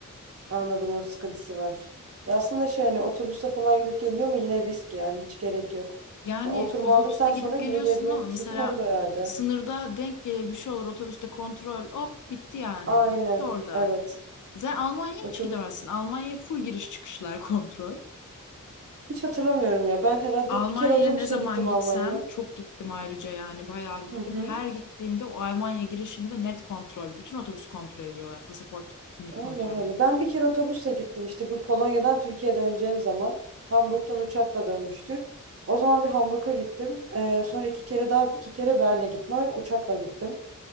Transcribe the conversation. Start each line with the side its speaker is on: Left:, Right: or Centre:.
Right: anladım o sıkıntısı var. Ya aslında şey hani otobüste falan gidip geliyor mu yine risk yani hiç gerek yok.
Left: Yani
Right: Ya oturma
Left: otobüsle
Right: aldıktan
Left: gidip
Right: sonra yine
Left: geliyorsun
Right: gezmeye
Left: ama
Right: fırsatın
Left: mesela
Right: olur herhalde.
Left: sınırda denk gelir bir şey olur otobüste kontrol hop bitti yani.
Right: Aynen.
Left: Bitti orada.
Right: Evet.
Left: Sen Almanya'ya
Right: O
Left: hiç
Right: çok.
Left: gidemezsin. Almanya'ya full giriş çıkışlar <laughs> kontrol.
Right: Hiç hatırlamıyorum ya. Ben herhalde
Left: Almanya'ya
Right: bir kere otobüse
Left: ne zaman
Right: gittim
Left: gitsem
Right: Almanya'ya.
Left: çok gittim ayrıca yani bayağı gittim.
Right: Hı hı.
Left: Her gittiğimde o Almanya girişinde net kontrol. Bütün otobüs kontrol ediyorlar. Pasaport, kimlik
Right: Allah
Left: kontrolü.
Right: Allah. Ben bir kere otobüsle gittim işte bu Polonya'dan Türkiye'ye döneceğim zaman. Hamburg'dan uçakla dönmüştük. O zaman bir Hamburg'a gittim. Ee, sonra iki kere daha iki kere Berlin'e gitmem. Uçakla gittim.